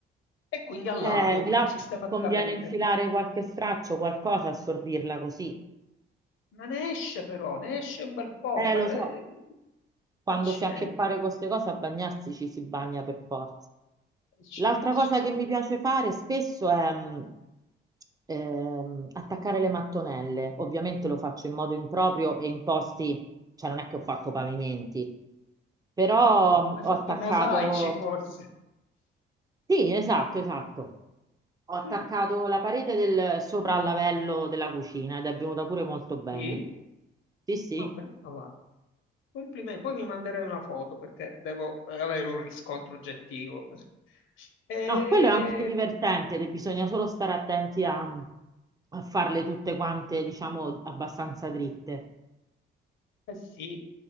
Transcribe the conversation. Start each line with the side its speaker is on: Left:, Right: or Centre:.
Left: e quindi al
Right: Eh,
Left: lago
Right: Sì. là
Left: sistematicamente.
Right: conviene infilare qualche straccio, qualcosa, assorbirla così.
Left: Ma ne esce però, ne esce un bel po'.
Right: Eh, lo
Left: eh,
Right: so, quando
Left: accidenti.
Right: si ha a che fare con queste cose, a bagnarsi ci si bagna per forza.
Left: E ci-
Right: L'altra
Left: e ci
Right: cosa
Left: si-
Right: che mi piace fare spesso è mh, ehm, attaccare le mattonelle. Ovviamente lo faccio in modo improprio e in posti, cioè non è che ho fatto pavimenti, però
Left: oh,
Right: mh,
Left: Hai
Right: ho
Left: fatto
Right: attaccato,
Left: mosaici forse.
Right: sì, esatto, esatto. Ho attaccato
Left: Mm,
Right: la parete del sopra al lavello della cucina ed è venuta pure molto bene.
Left: sì,
Right: Sì, sì.
Left: ma brava. va. Complimenti. Poi mi manderai una foto perché devo eh, avere un riscontro oggettivo. <laughs> E,
Right: No, quello è anche divertente, de- bisogna solo stare attenti a, a farle tutte quante, diciamo, abbastanza dritte.
Left: eh sì,